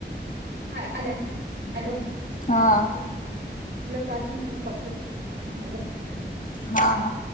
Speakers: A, on the right (about 70°); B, on the left (about 45°).
A: हा आले आले हॅलो.
B: हां.
A: एक तुला पाच मिनिटांने कॉल करते, काय काम आहे बघते.
B: हा हा.